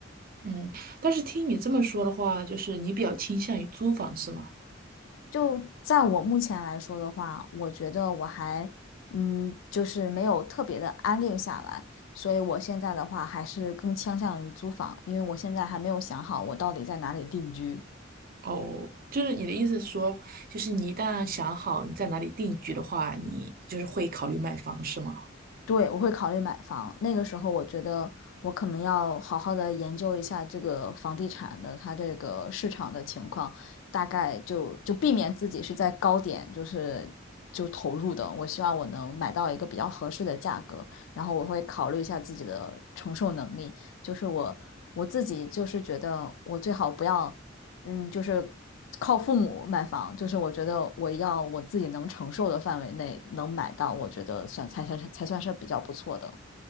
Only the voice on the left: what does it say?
就在我目前来说的话，我觉得我还，嗯，就是没有特别的安定下来，所以我现在的话还是更倾向于租房，因为我现在还没有想好我到底在哪里定居。
对，我会考虑买房。那个时候，我觉得我可能要好好的研究一下这个房地产的它这个市场的情况，大概就就避免自己是在高点，就是就投入的。我希望我能买到一个比较合适的价格，然后我会考虑一下自己的承受能力。就是我我自己就是觉得我最好不要。嗯，就是靠父母买房，就是我觉得我要我自己能承受的范围内能买到，我觉得算才才才算是比较不错的。